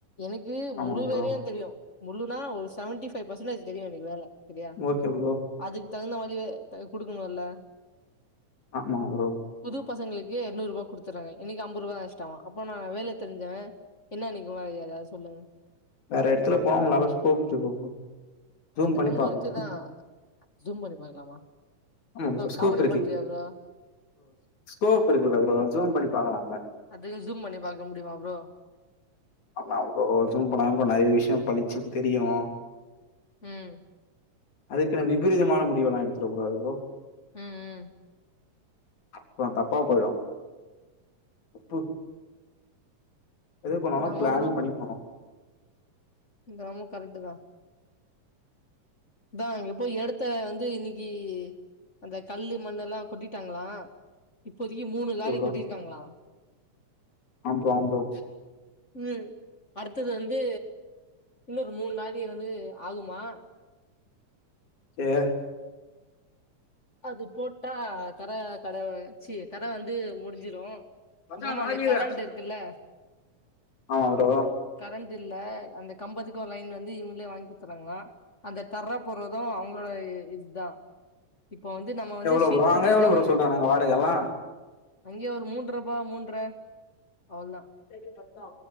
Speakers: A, on the left (about 30°); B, on the left (about 60°).
A: எனெக்கு
B: ஆமா
A: முழு
B: ப்ரோ
A: வேலெயு தெரியு முழுனா ஒரு செவன்டி ஃபைவ் பர்சன்டேஜ் தெரியு எனக்கு வேல செரியா
B: ஓகே ப்ரோ
A: அதுக்கு தகுந்த மாரி வே தர குடுக்கணுல்ல
B: ஆமா ப்ரோ
A: புது பசங்களுக்கு எர்நூறுர்வா குடுத் த்தர்ராங்க எனக்கு அம்பர்ருவா எக்ஸ்டாவா அப்போ நா வேல தெரிஞ்சவே என்ன எனக்கு மரியாத அத சொல்லுங்
B: வேற எடத்துல போங்க நல்லா ஸ்கோப் இருக்கு ப்ரோ ஜூம்
A: அது
B: பண்ணி
A: என்னமோ
B: பாக்கலாம்
A: ஒர்க்கு தா ஜூம் பண்ணி பாக்கலாமா
B: ஆமா ப்ரோ ஸ்கோப்
A: காமெடி
B: இருக்கு
A: பண்றியா ப்ரோ
B: ஸ்கோப் இருக்குல்ல ப்ரோ ஜூம் பண்ணி பாக்கலாம்ள
A: அதயு ஜூம் பண்ணி பாக்க முடியுமா ப்ரோ
B: ஆமா ப்ரோ ஜூம் பண்ணாதா ப்ரோ நெறைய விஷய பலிச்சுன்னு தெரியு
A: ம்
B: அதுக்குனு விபரீதமான முடிவெல்லா எடுத்துரக்கூடாது ப்ரோ
A: ம் ம்
B: அப்றோ தப்பா போயிடு ப்பு எது பண்ணாலு
A: என்னமோ
B: பிளான் பண்ணி பன்னனு
A: இதென்னமோ கரெக்டு தா தே இங்கே போய் எடத்த வந்து இன்னைக்கி அந்த கல்லு மண்ணு எல்லா கொட்டிட்டாங்களா இப்போதைக்கி மூணு
B: ஓகே
A: லாரி
B: ப்ரோ
A: கொட்டிருக்காங்களா
B: ஆம் ப்ரோ ஆம்ப்ரோ
A: ம் அடுத்தது வந்து இன்னொரு மூணு லாரி வந்து ஆகுமா
B: ஏ
A: அது போட்டா தர கடை சீ தர வந்து முடிஞ்சிரு
B: மச்சான்
A: அப்பறமா
B: லாரில
A: அந்த கரண்ட் இருக்குள்ள
B: ஆமா ப்ரோ
A: கரண்ட் இல்ல அந்த கம்பத்துக்கு லைன் வந்து இவங்களே வாங் ஊத்துறாங்க அந்த தர போறது அவங்களோட இதுதா இப்போ வந்து நம்ம வந்து
B: எவ்ளோ
A: ஷீட்
B: ப்ரோ
A: போடுறது
B: அங்க எவ்ளோ
A: தா
B: ப்ரோ
A: நம்ம
B: சொல்றானுங்க வாடகல்லா
A: அங்கேயே ஒரு மூன்றபா மூன்றை அவளதா
B: எப்டி பா